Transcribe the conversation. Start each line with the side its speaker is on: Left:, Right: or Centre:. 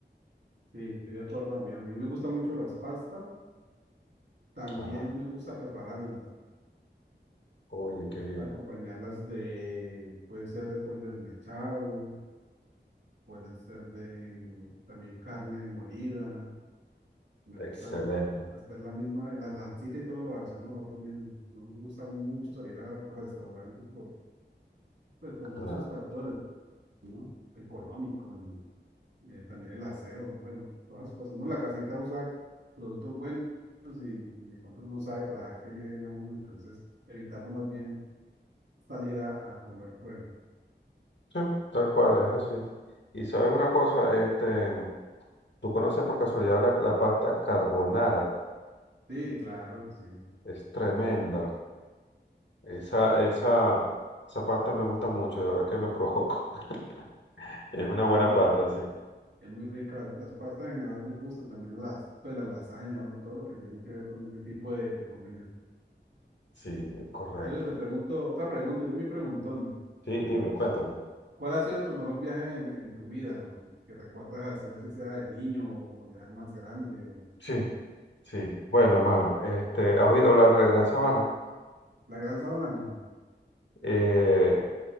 Right: Sí, estoy de acuerdo también. A mí me gustan mucho las pastas. También
Left: Ajá.
Right: me gusta prepararlas.
Left: Oye,
Right: Me gusta
Left: qué bien.
Right: acompañarlas de, puede ser de pollo desmechado, puede ser de también carne molida. Me
Left: Excelente.
Right: gusta hacer la misma, la salsita y todo lo hacemos nosotros mismos. No me gusta mucho salir a restaurantes por, pues, por muchos
Left: Ah,
Right: factores, ¿no? Económico, el- eh, también el aseo, bueno, todas las cosas. Uno en la casita usa productos buenos y, y de pronto uno no sabe para qué le den a uno, entonces evitamos más bien salir a, a comer fuera.
Left: Sí, tal cual, es así. Y sabes una cosa, este, tú conoces por casualidad la, la pasta carbonara,
Right: Sí, claro, sí.
Left: es tremenda. Esa,
Right: Y,
Left: esa, esa pasta me gusta mucho, de verdad que me provoco. <laughs> Es una buena
Right: y
Left: pasta, sí.
Right: es muy rica. Las, las pastas en general me gustan, también las, pues la lasaña, bueno, todo lo que tiene que ver con ese tipo de, de comida.
Left: Sí, es correcto.
Right: Entonces te pregunto, otra pregunta, yo me preguntón.
Left: Sí, dime, cuéntame.
Right: ¿Cuál ha sido tu mejor viaje en, en tu vida? O Que recuerdas así, así sea de niño o, o ya más grande. O...
Left: Sí, sí. Bueno, hermano, este, ¿has oído hablar de la Gran Sabana?
Right: La Gran Sabana no.
Left: Eh,